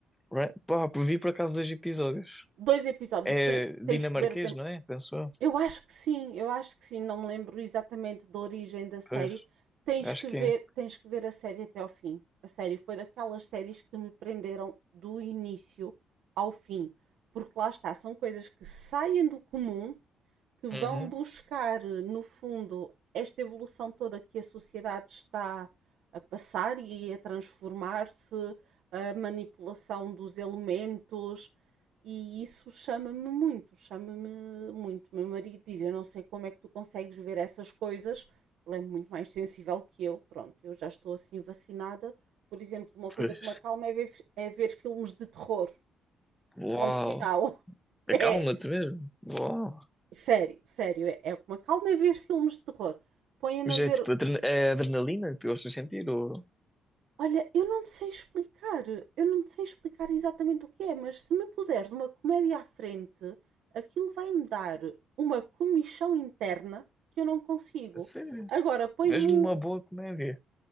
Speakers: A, in the centre; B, on the right (about 80°).
A: Ra- Pá, por- vi por acaso dois episódios.
B: Dois episódios.
A: É
B: Ten-
A: dinamarquês,
B: tens que ver até
A: não é? Penso eu.
B: Eu acho que sim, eu acho que sim, não me lembro exatamente da origem da série.
A: Pois,
B: Tens
A: acho
B: que
A: que
B: ver,
A: é.
B: tens que ver a série até ao fim. A série foi daquelas séries que me prenderam do início ao fim, porque lá está, são coisas que saem do comum que vão
A: Uhum.
B: buscar, no fundo, esta evolução toda que a sociedade está a passar e a transformar-se, a manipulação dos elementos, e isso chama-me muito, chama-me muito. Meu marido diz: Eu não sei como é que tu consegues ver essas coisas. Ele é muito mais sensível que eu. Pronto, eu já estou assim vacinada. Por exemplo, uma coisa
A: Pois.
B: que me acalma é ver, é ver filmes de terror.
A: Uau.
B: Ponto final. <laughs> É,
A: Acalma-te mesmo. Uau.
B: Sério, sério, é, é uma calma é ver filmes de terror. Põem-me
A: Mas
B: a ver.
A: é tipo adrena- é adrenalina que tu gostas de sentir? Ou...
B: Olha, eu não te sei explicar, eu não te sei explicar exatamente o que é, mas se me puseres uma comédia à frente, aquilo vai-me dar uma comichão interna que eu não consigo.
A: A sério?
B: Agora, pões-me
A: Mesmo
B: um,
A: uma boa comédia?